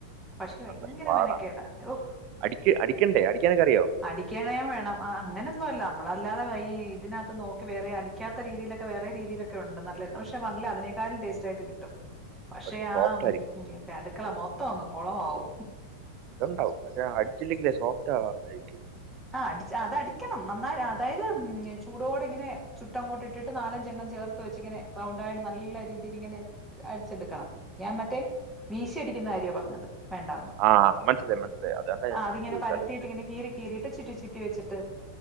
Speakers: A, in the centre; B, on the right.
A: പക്ഷെ ഭയങ്കര
B: ആ പാടാ
A: മെനക്കേടാ ഓഹ്
B: അടിക്ക് അടിക്കണ്ടേ അടിക്കാനൊക്കെ അറിയോ
A: അടിക്കാണേൻ വേണംആഹ് അങ്ങനൊന്നുല്ല നമ്മളല്ലാതെ വഴേയെ ഇതിനകത്ത് നോക്കി വേറെ അടി പിക്കാത്ത രീതിയിലൊക്കെ വേറെ രീതിയിലൊക്കെ ഉണ്ട്. നല്ലത് പക്ഷെ നല്ല അതിനേക്കാളും ടേസ്റ്റായിട്ട് കിട്ടും. പക്ഷേ
B: പക്ഷെ
A: ആ
B: സോഫ്റ്റ്
A: ഉം
B: ആയിരിക്കും
A: ഇപ്പെ അടുക്കള മൊത്തം അങ്ങ് കുള ആവും.
B: അത്ണ്ടാവും പക്ഷേ ആയിട്ടില്ലെങ്കില്ലേ സോഫ്റ്റ് ആ ആയിറ്റ്
A: ആഹ് അടിച്ച് അതടിക്കണം. നന്നായി അതായത് ചൂടോടിങ്ങനെ ചുട്ടങ്ങോട്ട് ഇട്ടിട്ട് നാലഞ്ചണ്ണം ചേർ തോച്ച്ങ്ങനെ റൗണ്ടായിട്ട് നല്ല രീതീയിലിങ്ങനെ അടിച്ചെടുക്കണം. ഞാൻ മറ്റേ വീശിയടിക്കുന്ന കാര്യാ പറഞ്ഞത്. വേണ്ടാന്ന്
B: ആഹ് മൻസിലായി മൻസിലായി അതെന്നെ
A: ആഹ്
B: ഞാനും
A: അതിങ്ങനെ
B: ചോയിച്ച്
A: പരത്തിയിട്ട്
B: അല്ലൊയിച്ചെ.
A: ഇങ്ങനെ കീറി കീറിയിട്ട് ചുറ്റി ചുറ്റി വെച്ചിട്ട്